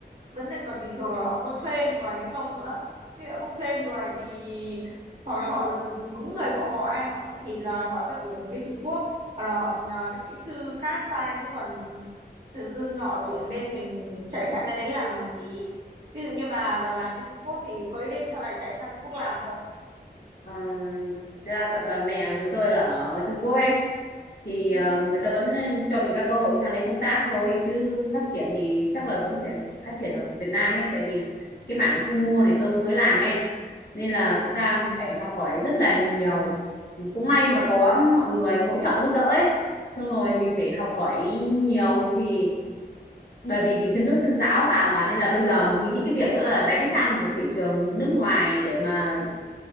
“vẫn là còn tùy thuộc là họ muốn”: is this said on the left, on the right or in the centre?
Right